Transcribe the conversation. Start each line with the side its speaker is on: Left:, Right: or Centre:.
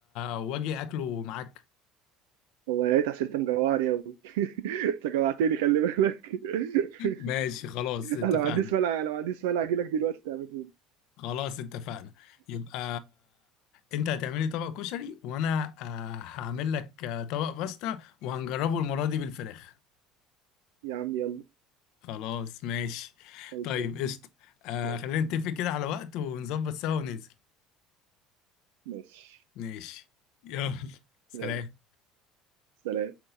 Left: واجي اكله معاك
Right: هو يا ريت عشان انت مجوعني يا ابني <laughs> انت جوعتني خلي بالك <laughs>
Left: ماشي خلاص اتفقنا
Right: انا ما عنديش مانع انا ما عنديش مانع اجي لك دلوقتي تعمله لي
Left: خلاص اتفقنا يبقى انت هتعملي طبق كشري وانا آه، هعمل لك آه، طبق باستا وهنجربه المره دي بالفراخ
Right: يا عم يلا
Left: خلاص ماشي
Right: خلصان
Left: طيب قشطة آه
Right: يلا
Left: خلينا نتفق كده على وقت ونظبط سوا وننزل
Right: ماشي
Left: ماشي يلا سلام
Right: يلا سلام